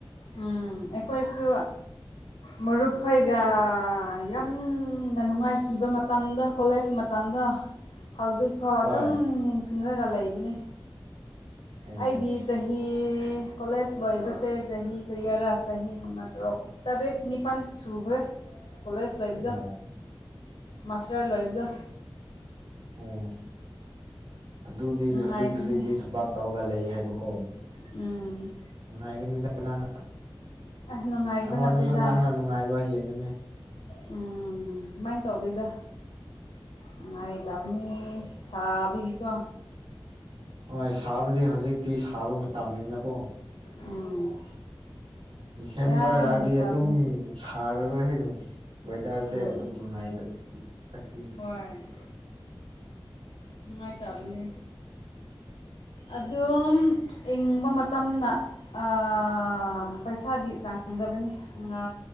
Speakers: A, on the left; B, on the right.
A: ꯎꯝ ꯑꯩꯈꯣꯏꯁꯨ ꯃꯔꯨꯞꯈꯣꯏꯒ ꯌꯥꯝꯅ ꯅꯨꯡꯉꯥꯏꯈꯤꯕ ꯃꯇꯝꯗꯣ ꯀꯣꯂꯦꯖ ꯃꯠ ꯃꯇꯝꯗꯣ ꯍꯧꯖꯤꯛꯐꯥꯎ
B: ꯍꯣꯏ
A: ꯑꯗꯨꯝ ꯅꯤꯡꯁꯤꯡꯂꯒ ꯂꯩꯕꯅꯤ
B: ꯎꯝ
A: ꯑꯩꯗꯤ ꯆꯍꯤ ꯀꯣꯂꯦꯖ ꯂꯣꯏꯕꯁꯦ ꯆꯍꯤ ꯀꯌꯥꯔꯥ ꯆꯍꯤ ꯃꯉꯥ ꯇꯔꯨꯛ ꯇꯔꯦꯠ ꯅꯤꯄꯥꯟ ꯁꯨꯈ꯭ꯔꯦ ꯀꯣꯂꯦꯖ ꯂꯣꯏꯕꯗꯣ
B: ꯎꯝ
A: ꯃꯥꯁꯇꯔ ꯂꯣꯏꯕꯗꯣ
B: ꯎꯝ ꯑꯗꯨꯗꯤ
A: ꯅꯨꯡꯉꯥꯏꯕꯅꯤ
B: ꯍꯧꯖꯤꯛ ꯍꯧꯖꯤꯛꯇꯤ ꯊꯕꯥꯛ ꯇꯧꯔꯒ ꯂꯩ ꯍꯥꯏꯕꯀꯣ
A: ꯎꯝ
B: ꯅꯨꯡꯉꯥꯏꯒꯅꯤꯗ ꯅꯪ
A: ꯑꯦ ꯅꯨꯡꯉꯥꯏꯕ
B: ꯑꯩꯉꯣꯟꯗꯁꯨ
A: ꯅꯠꯇꯦꯗ
B: ꯅꯪꯅ ꯅꯨꯡꯉꯥꯏꯕ ꯍꯦꯟꯒꯅꯤ
A: ꯎꯝ ꯃꯥꯏꯟ ꯇꯧꯗꯦꯗ ꯅꯨꯡꯉꯥꯏꯇꯥꯕꯅꯤ ꯁꯥꯕꯒꯤꯀꯣ
B: ꯍꯣꯏ ꯁꯥꯕꯗꯤ ꯍꯧꯖꯤꯛꯇꯤ ꯁꯥꯕ ꯃꯇꯝꯅꯤꯅꯀꯣ
A: ꯎꯝ
B: ꯗꯤꯁꯦꯝꯕꯔ
A: ꯌꯥꯝꯅ
B: ꯂꯥꯛꯑꯗꯤ
A: ꯁꯥꯕꯅꯤ
B: ꯑꯗꯨꯝ ꯁꯥꯔꯔꯣꯏ ꯍꯦꯅꯨ ꯋꯦꯗꯔꯁꯦ
A: ꯎꯝ
B: ꯑꯗꯨꯝ ꯅꯨꯡꯉꯥꯏ <unintelligible> ꯆꯠꯈꯤ
A: ꯍꯣꯏ ꯅꯨꯡꯉꯥꯏꯇꯕꯅꯤ ꯑꯗꯨꯝ ꯏꯪꯕ ꯃꯇꯝꯗ ꯑꯥ ꯄꯩꯁꯥꯗꯤ ꯆꯥꯡꯗꯕꯅꯤ ꯉꯥ